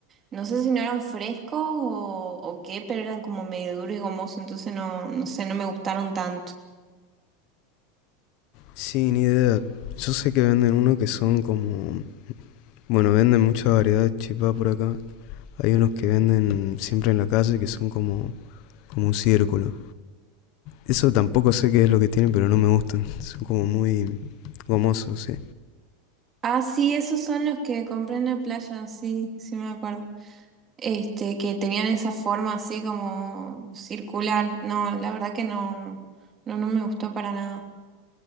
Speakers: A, on the right; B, on the left.
A: no sé si no eran frescos o, o qué, pero eran como medio duros y gomosos, entonces no, no sé, no me gustaron tanto.
B: Sí, ni idea. Yo sé que venden uno que son como... Bueno, venden mucha variedad de chipá por acá. Hay unos que venden siempre en la calle que son como, como un círculo. Eso tampoco sé qué es lo que tienen, pero no me gustan. Son como muy gomosos, sí.
A: Ah, sí, esos son los que compré en la playa, sí, sí me acuerdo. Este, que tenían esa forma así como circular. No, la verdad que no, no, no me gustó para nada.